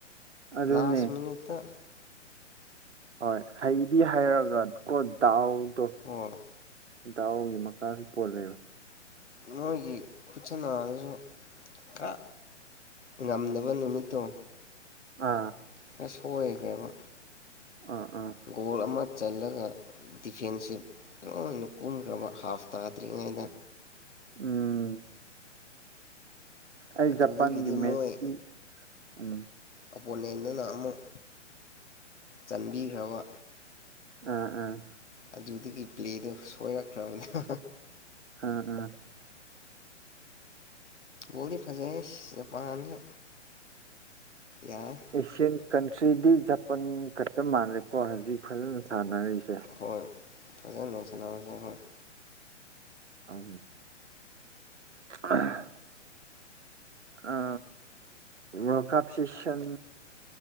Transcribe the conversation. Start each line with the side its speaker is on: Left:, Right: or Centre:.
Right: ꯑꯗꯨꯅꯦ
Left: ꯂꯥꯁ ꯃꯤꯅꯤꯠꯇ
Right: ꯍꯣꯏ ꯍꯩꯗꯤ ꯍꯩꯔꯒ ꯀꯣ ꯗꯥꯎꯗꯣ
Left: ꯍꯣꯌ
Right: ꯗꯥꯎꯒꯤ ꯃꯈꯥꯁꯨ ꯄꯣꯜꯂꯦꯕ
Left: ꯅꯣꯏꯒꯤ ꯈꯨꯠꯆꯅꯁꯨ ꯀꯥ ꯉꯝꯗꯕ ꯅꯨꯃꯤꯠꯇꯣ
Right: ꯑꯥ
Left: ꯈꯔ ꯁꯣꯏꯈ꯭ꯔꯦꯕ
Right: ꯑ ꯑꯥ
Left: ꯒꯣꯜ ꯑꯃ ꯆꯜꯂꯒ ꯗꯤꯐꯦꯟꯁꯦ ꯂꯅ ꯀꯨꯝꯈ꯭ꯔꯕ ꯍꯥꯐ ꯇꯥꯗ꯭ꯔꯤꯉꯩꯗ
Right: ꯎꯝ ꯑꯩ
Left: ꯑꯗꯨꯗꯒꯤꯗꯤ
Right: ꯖꯄꯥꯟꯒꯤ ꯃꯦꯠꯁꯇꯤ
Left: ꯃꯣꯏ
Right: ꯎꯝ
Left: ꯑꯣꯄꯣꯅꯦꯟꯗꯨꯅ ꯑꯃꯨꯛ ꯆꯟꯕꯤꯈ꯭ꯔꯕ
Right: ꯑ ꯑꯥ
Left: ꯑꯗꯨꯗꯒꯤ ꯄ꯭ꯂꯦꯗꯣ ꯁꯣꯏꯔꯛꯈ꯭ꯔꯕꯅꯦꯕ
Right: ꯑ ꯑꯥ
Left: ꯕꯣꯜꯗꯤ ꯐꯖꯩ ꯖꯄꯥꯟꯗꯨ ꯌꯥꯏ
Right: ꯑꯦꯁꯤꯌꯥꯟ ꯀꯟꯇ꯭ꯔꯤꯗꯤ ꯖꯄꯥꯟ ꯈꯛꯇ ꯃꯥꯜꯂꯦꯀꯣ ꯍꯧꯖꯤꯛ ꯐꯖꯅ ꯁꯥꯟꯅꯔꯤꯁꯦ
Left: ꯍꯣꯏ ꯐꯖꯅ ꯂꯡꯁꯟꯅꯔꯁꯦ ꯍꯣꯏ <unintelligible>
Right: <unintelligible> <inaudible> ꯑ world cup session